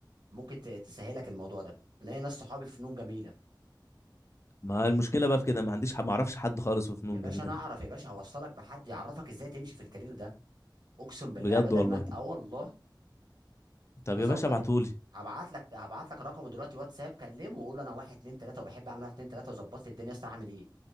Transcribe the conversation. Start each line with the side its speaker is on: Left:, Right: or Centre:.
Right: ممكن ت- تسهلك الموضوع ده لان ناس صحابي في فنون جميله
Left: ما المشكله بقى في كده ما عنديش ما اعرفش حد خالص في فنون
Right: يا باشا
Left: جميله
Right: انا
Left: دي
Right: اعرف يا باشا هوصلك بحد يعرفك ازاي تمشي في الكارير ده اقسم بالله
Left: بجد
Right: بدل
Left: والله
Right: ما انت اه والله
Left: طب
Right: هظبط
Left: يا باشا ابعتولي
Right: هبعت لك هبعت لك رقمه دلوقتي واتساب كلمه وقول له انا واحد اتنين تلاته وبحب اعمل واحد اتنين تلاته وظبط لي الدنيا يا اسطى اعمل ايه